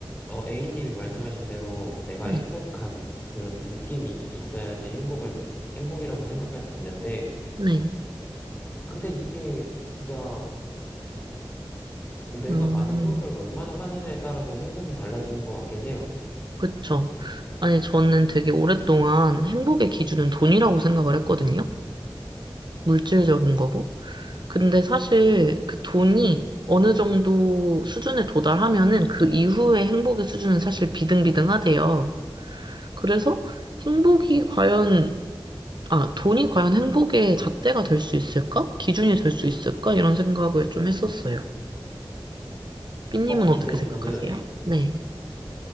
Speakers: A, on the left (about 20°); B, on the right (about 55°).
A: 어, A님이 말씀하신 대로 내가
B: 네,
A: 행복한 그런 느낌이 있어야지 행복을, 느- 행복이라고 생각할 수 있는데,
B: 네.
A: 근데 이게 진짜 내가
B: 음,
A: 만족을 얼마나 하느냐에 따라서 행복이 달라지는 것 같긴 해요.
B: 그쵸. 아니, 저는 되게 오랫동안 행복의 기준은 돈이라고 생각을 했거든요. 물질적인 거고. 근데 사실 그 돈이 어느 정도 수준에 도달하면은 그 이후의 행복의 수준은 사실 비등비등하대요. 그래서 행복이 과연, 아, 돈이 과연 행복의 잣대가 될 수 있을까? 기준이 될 수 있을까? 이런 생각을 좀 했었어요. 삐님은
A: 어, 근데
B: 어떻게 생각하세요?
A: 저는
B: 네.